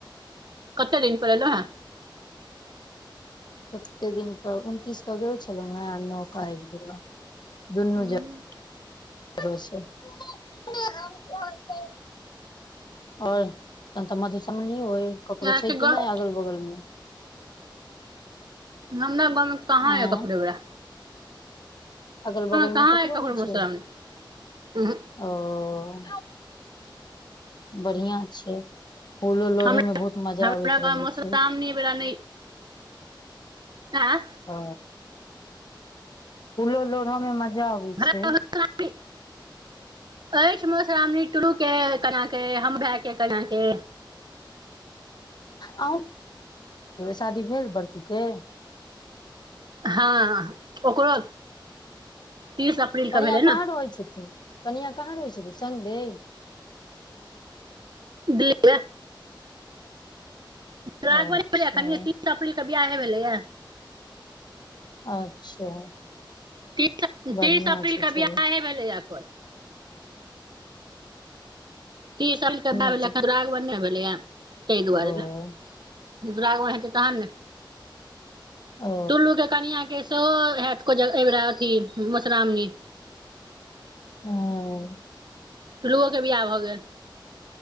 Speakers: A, on the right; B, on the left.
A: कते दिन पर एलौ हे?
B: कते दिन पर उनतीस क गेल छलहु ह नौ का आबि गेलौ दुनू
A: हूँ
B: जगह <unintelligible> आओर अहांके तऽ मधुश्रावणिओ अइ, ककरो
A: अहाँके
B: छै कि
A: गाँव
B: नहि अगल बगल मे।
A: हमरा बगल मे कहाँ
B: एं
A: ये ककरो ऐ बेरा।
B: अगल बगल
A: कहाँ
B: मे ककरो
A: यऽ
B: नहि
A: मधुश्रावणी
B: छै।
A: उहूँ
B: ओ बढ़िया छै, फूल उल लोढ़े
A: हमरा
B: मे बहुत मजा
A: हमरा
B: आबैत
A: गाम
B: रहे
A: मे मधुश्रावणी
B: छै
A: बला नै एं।
B: ओ, फूलो लोढ़ऽमे मजा अबै
A: हमरा
B: छै।
A: गाँवमे मधुश्रावणी
B: <inaudible>
A: अछि मधुश्रावणी टुलू के केना के हमरा के केना के
B: अूँ <unintelligible> शादी भेल बड़कूके?
A: हँ ओकरो तीस अप्रील के
B: कनिया
A: भेलै
B: कहाँ
A: ने
B: रहै छथिन कनिया कहाँ रहै छथिन, संगे
A: दीपे। दुरागमन
B: अच्छा
A: नै भेलैन, तीस अप्रैलके बियाहे भेलैए।
B: अच्छा।
A: तीस
B: बढ़िया
A: तीस अप्रीलके
B: छै चलू
A: बियाहे भेलैये ओकर तीन साल
B: सुनै
A: के बाद
B: छै
A: अखैन दुरागमन नै भेलैये तै दुआरे
B: ओ
A: दुरागमन हेतै तखन ने,
B: ओ
A: टुल्लूके कनिया के सेहो हैत ऐ बेरा मधुश्रावणी।
B: हँ
A: टुलुओ के बिआाह भऽ गेल।